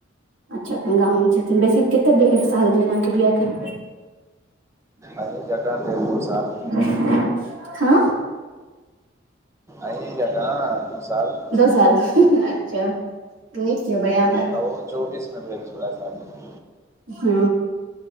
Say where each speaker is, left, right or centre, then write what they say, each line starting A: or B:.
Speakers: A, on the right (about 85°); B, on the right (about 15°).
A: अच्छा गाम में छथिन बेसी केतेक एक साल भेल अहाँके बियाह के?
B: अरे ज्यादा नै दू साल।
A: <inaudible> हँ
B: अहीं जकाँ दू साल।
A: दू साल अच्छा नीक छै बढ़िया बात।
B: त ओ चौबीस में भेल छेला शादी।
A: हँ